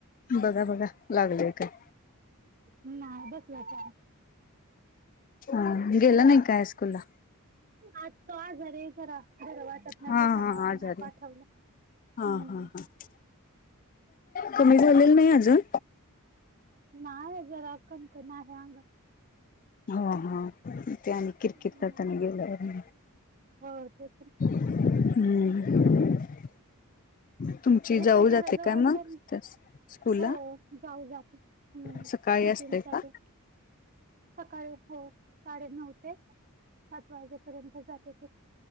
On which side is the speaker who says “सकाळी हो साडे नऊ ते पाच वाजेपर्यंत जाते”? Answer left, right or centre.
Right